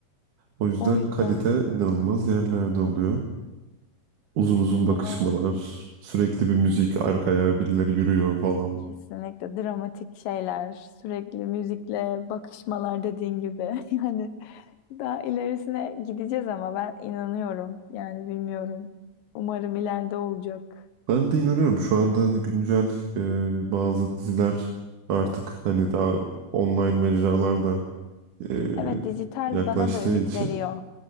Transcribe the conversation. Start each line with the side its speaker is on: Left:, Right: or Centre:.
Right: O yüzden
Left: O yüzden
Right: kalite inanılmaz yerlerde oluyor. Uzun uzun
Left: bunun
Right: bakışmalar, sürekli bir müzik arkaya birileri yürüyor falan.
Left: kesinlikle dramatik şeyler, sürekli müzikle bakışmalar dediğin gibi. <laughs> Yani Daha ilerisine gideceğiz ama ben inanıyorum. Yani bilmiyorum. Umarım ileride olacak.
Right: Ben de inanıyorum şu anda hani güncel e, bazı diziler artık hani daha online mecralarda e,
Left: Evet, dijital
Right: yaklaştığı
Left: bana da ümit
Right: için
Left: veriyor.